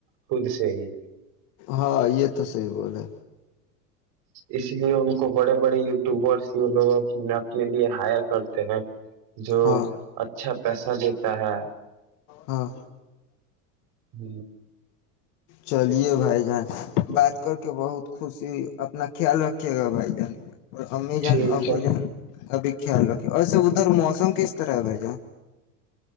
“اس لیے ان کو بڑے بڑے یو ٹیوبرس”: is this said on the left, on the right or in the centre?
Right